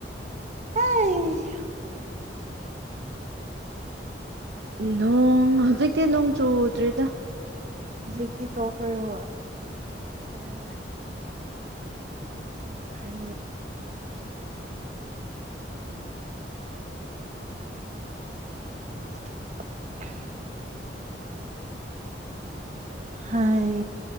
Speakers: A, on the right; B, on the right.
A: ꯍꯩ
B: ꯅꯣꯡ ꯍꯧꯖꯤꯛꯇꯤ ꯅꯣꯡ ꯆꯨꯗ꯭ꯔꯤꯗ
A: ꯖꯤꯛꯇꯤ ꯇꯣꯛꯈ꯭ꯔꯦ ꯍꯣꯏ ꯎꯝ ꯇꯧꯈ꯭ꯔꯦ <inaudible> ꯍꯥꯏ